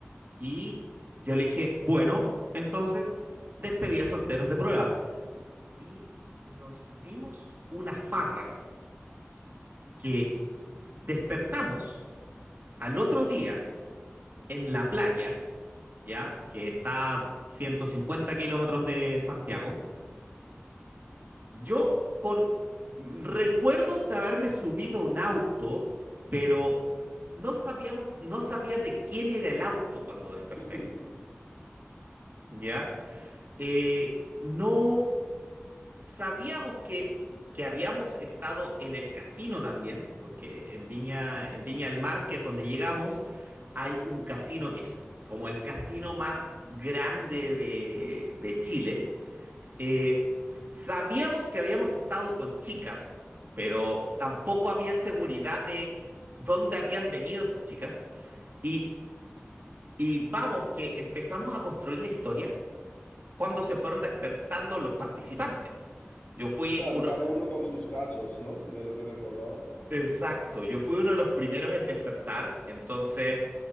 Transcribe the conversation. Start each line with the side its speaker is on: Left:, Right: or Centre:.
Right: Y yo le dije, bueno, entonces despedí a solteros de prueba. Y nos dimos una farra que despertamos al otro día en la playa, ya, que está a 150 kilómetros de Santiago. Yo con recuerdos de haberme subido a un auto, pero no sabíamos, no sabía de quién era el auto cuando desperté.
Left: <laughs>
Right: ¿ya? Eh, no sabíamos que, que habíamos estado en el casino también, porque en Viña, en Viña del Mar, que es donde llegamos, hay un casino que es como el casino más grande de, de Chile. Eh, sabíamos que habíamos estado con chicas, pero tampoco había seguridad de dónde habían venido esas chicas. Y, y vamos, que empezamos a construir la historia cuando se fueron despertando los participantes. Yo fui
Left: Claro,
Right: uno,
Left: cada uno con sus cachos, ¿no? De lo que recordaba.
Right: exacto, yo fui uno de los primeros en despertar, entonces